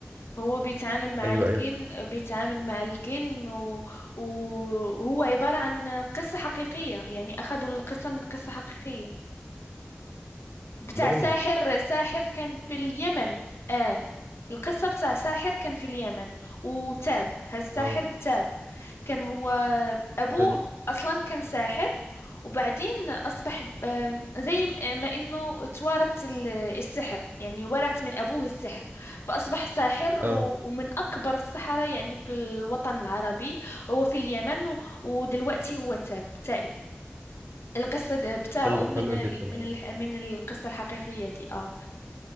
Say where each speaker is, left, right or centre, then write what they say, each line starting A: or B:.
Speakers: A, on the left (about 85°); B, on the right (about 60°).
A: هو بيتعامل مع
B: ايوه
A: الجن
B: ايوه
A: بيتعامل مع الجن و... و- وهو عبارة عن قصة حقيقية يعني أخذوا القصة من قصة حقيقية بتاع
B: لا والله
A: ساحر ساحر كان في اليمن آه القصة بتاع ساحر كان في اليمن وتاب هالساحر
B: اه
A: تاب كان هو أبوه
B: حلو
A: أصلا كان ساحر وبعدين أصبح آم، زي ما إنه توارث ال- السحر يعني ورث من أبوه السحر فأصبح ساحر
B: اه
A: و- ومن أكبر السحرة يعني في الوطن العربي هو في اليمن و- ودلوقتي هو تاب تائب القصة د- بتاعه
B: حلو حلو
A: من
B: جدا
A: ال من
B: والله
A: ال من القصة الحقيقية دي آه